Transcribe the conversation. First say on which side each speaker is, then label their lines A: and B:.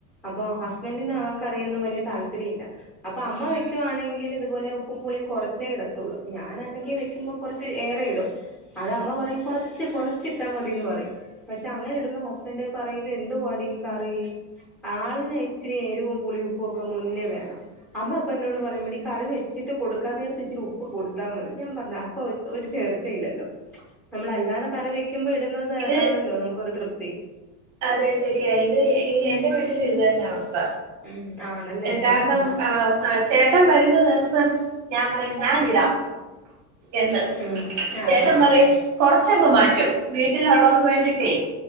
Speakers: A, in the centre; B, on the right.
A: അപ്പ ഹസ്ബൻന്റിന് ആ കറിയൊന്നും വലിയ താല്പര്യമില്ല അപ്പൊ അമ്മ വെക്കുവാണെങ്കിൽ ഇതുപോലെ ഉപ്പും പുളിയും കുറച്ചേ ഇടത്തുള്ളൂ ഞാനാണെങ്കിൽ വെക്കുമ്പോ കുറച്ച ഏറെയിടും അത് അമ്മ പറയും കൊറച്ച് കൊറച്ചിട്ടാ മതിന്ന് പറയും പക്ഷെ അങ്ങനെ ഇടുമ്പോ ഹസ്ബൻഡറ് പറയും ഇത് എന്തുവാടി ഈ കറി ആളിന ഇച്ചിരി എരിവും പുളിയും ഉപ്പുമൊക്കെ മുന്നേ വേണം അമ്മ അപ്പൊ എന്നോട് പറയുമ്പോ ഈ കറി വച്ചിട്ട് കൊടുക്കാൻ നേരത്തി ഇച്ചിരി ഉപ്പ് കൊടുത്താൽ മതി ഞാൻ പറഞ്ഞ അപ്പ ഒരു ചേർച്ച ഇല്ലല്ലോ നമ്മൾ അല്ലാതെ കറി വെക്കുമ്പോൾ ഇടുന്ന
B: ഇത്
A: ആണല്ലോ നമുക്കൊരു തൃപ്തി
B: അതെ ശരിയ ഇത് എന്റെ വീട്ടിൽ ഇതു തന്നാ അവസ്ഥ
A: ഉം ആണല്ലേ
B: കാരണം
A: ആഹാ
B: ആ ആ ചേട്ടൻ വരുന്ന ദിവസം ഞാൻ പറയും ഞാനിഡാം എന്ന്
A: ഉം ആഹ്
B: ചേട്ടൻ
A: ആഹ്
B: പറയും കൊറച്ചങ് മാറ്റും വീട്ടിലുള്ളവർക്ക് വേണ്ടിട്ടേ